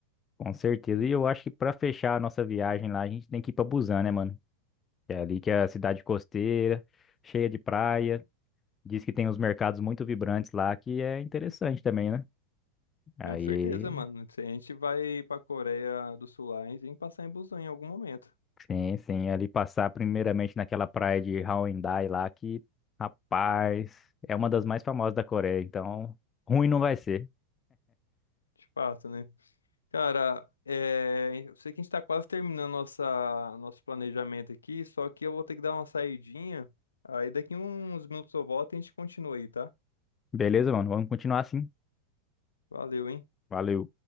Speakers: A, on the left; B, on the left.
A: com certeza. E eu acho que pra fechar a nossa viagem lá, a gente tem que ir pra Busan, né, mano? Que é ali que é a cidade costeira, cheia de praia. Diz que tem uns mercados muito vibrantes lá que é interessante também, né? Aí,
B: Com certeza, mano. Se a gente vai pra Coreia do Sul lá, a gente tem que passar em Busan em algum momento.
A: sim, sim, ali passar primeiramente naquela praia de Haeundae lá que, rapaz, é uma das mais famosas da Coreia, então ruim não vai ser.
B: De fato, né? Cara, é... eu sei que a gente tá quase terminando nossa... nosso planejamento aqui, só que eu vou ter que dar uma saidinha. Aí daqui uns minutos eu volto e a gente continua aí, tá?
A: Beleza, mano? Vamos continuar assim.
B: Valeu, hein?
A: Valeu.